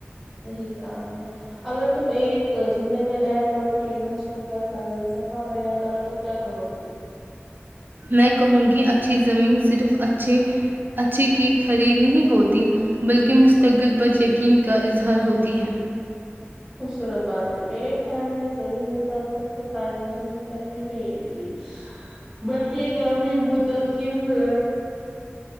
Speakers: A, in the centre; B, on the right.
A: صحیح کام نے اگر تم ایک جملے میں لینڈ پراپرٹی انویسٹمنٹ کا سفا بان کرو تو کیا کہو گی
B: میں کہوں گی اچھی زمین صرف اچھھی اچھھی کی خرید نہیں ہوتی بلکہ مستقبل پر یقین کا اظہار ہوتی ہے
A: ورت باز ہے میرے خیال میں زمین انسان کو صرف فائنشیل سکورٹی نہیں دی دی بلکہ ایک لمبی ادھر کی پ ہے